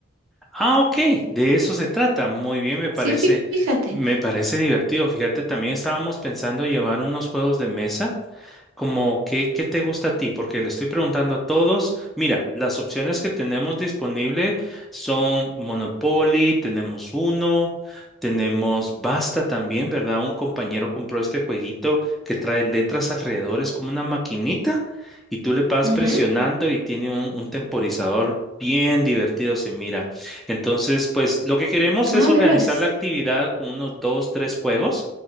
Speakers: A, in the centre; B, on the right (about 80°).
A: Ah, ok, de eso se trata. Muy bien, me parece,
B: Sí, fí- fíjate.
A: me parece divertido. Fíjate, también estábamos pensando llevar unos juegos de mesa. como qué, qué te gusta a ti, porque le estoy preguntando a todos, mira, las opciones que tenemos disponible son Monopoly, tenemos uno, tenemos Basta también, ¿verdad? Un compañero compró este jueguito que trae letras alrededor, es como una maquinita y tú le vas
B: Ujú.
A: presionando y tiene un, un temporizador bien divertido, se mira. Entonces, pues lo que queremos es
B: Ah,
A: organizar
B: de veras.
A: la actividad con unos dos, tres juegos